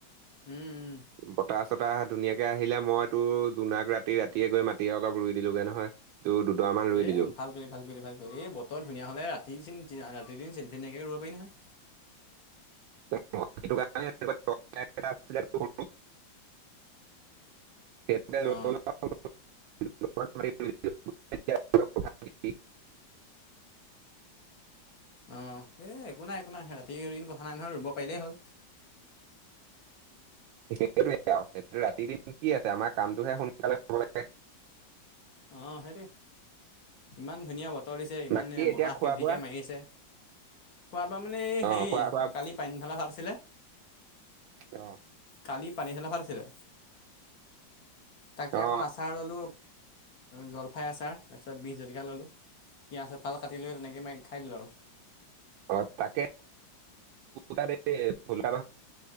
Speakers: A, on the left; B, on the right.
A: উম, উম।
B: বতাহ চতাহ ধুনীয়াকে আহিলে মইতো জোনাক ৰাতি ৰাতিয়ে গৈ মাটি অলপ ৰুই দিলোগে নহয়। তো দুটা মান ৰুই
A: এই
B: দিলো
A: ভাল কৰি ভাল কৰি ভাল কৰি এই বতৰ ধুনীয়া হ'লে ৰাতি চ ৰাতি চনফিন তেনেকৈ ৰুব পাৰি নহয়।
B: <unintelligible> <unintelligible>
A: অ
B: এনেকুৱা কথা নেকি?
A: অ' এই একো নাই একো নাই ৰাতিদিন কথা নাই নহয় ৰুব পাৰিলেই হ'ল।
B: সেইটোৱে আৰু ৰাতি দিন কি আছে আমাৰ কামটোহে সোনকালে হ'ব লাগে।
A: অ' সেইটোয়ে ইমান ধুনীয়া বতৰ দিছে ইমান
B: বাকী এতিয়া
A: বতাহ
B: খোৱা
A: ফিৰ
B: বোৱা
A: ফিৰকে মাৰি আছে। খোৱা বোৱা মানে এই
B: অ
A: হেৰি
B: খোৱা খোৱা
A: কালি পানীঢালা ভাত আছিলে
B: অ'।
A: কালি পানী চলাফাৰছিলে তাকে
B: অ
A: অকণ আচাৰ ললোঁ জলফাই আচাৰ তাৰপিছত বিষ জলকীয়া ল'লোঁ পিঁয়াজ এফাল কাটি লৈ তেনেকৈ মাৰি খাই দিলোঁ আৰু
B: অঁ তাকে নহয়